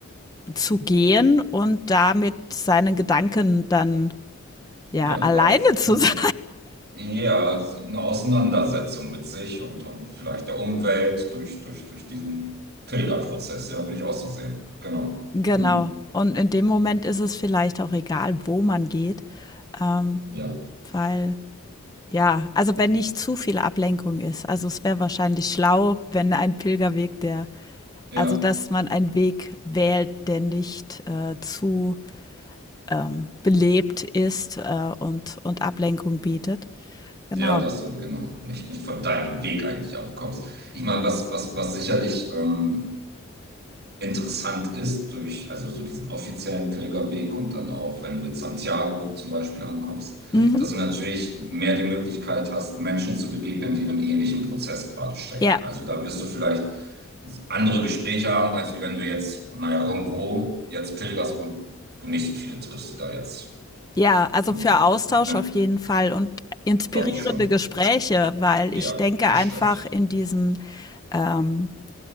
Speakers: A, on the left; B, on the right.
A: zu gehen und damit seine Gedanken dann ja
B: Ja,
A: alleine
B: Lauf,
A: zu
B: genau.
A: <laughs> sein
B: Ja, es ist eine Auseinandersetzung mit sich und, und vielleicht der Umwelt durch, durch, durch diesen Pilgerprozess, ja, würde ich auch so sehen. Genau.
A: Genau.
B: Hm.
A: Und in dem Moment ist es vielleicht auch egal, wo man geht, ähm,
B: Ja,
A: weil ja, also wenn nicht zu viel Ablenkung ist. Also es wäre wahrscheinlich schlau, wenn ein Pilgerweg, der,
B: ja,
A: also dass man einen Weg wählt, der nicht äh, zu ähm, belebt ist äh, und, und Ablenkung bietet. Genau.
B: ja, dass du genau nicht, nicht von deinem Weg eigentlich abkommst. Ich meine, was, was, was sicherlich, ähm, interessant ist durch also so diesen offiziellen Pilgerweg und dann auch, wenn du in Santiago zum Beispiel ankommst,
A: Mhm.
B: dass du natürlich mehr die Möglichkeit hast, Menschen zu begegnen, die in einem ähnlichen Prozess gerade stecken.
A: Ja,
B: Also da wirst du vielleicht andere Gespräche haben, als wie wenn du jetzt, naja, irgendwo jetzt pilgerst, wo du nicht so viele triffst, die da jetzt,
A: ja, also
B: hm,
A: für Austausch
B: ne,
A: auf jeden Fall und inspirierende
B: glaube ich schon.
A: Gespräche, weil
B: Ja,
A: ich denke
B: bestimmt.
A: einfach in diesen ähm,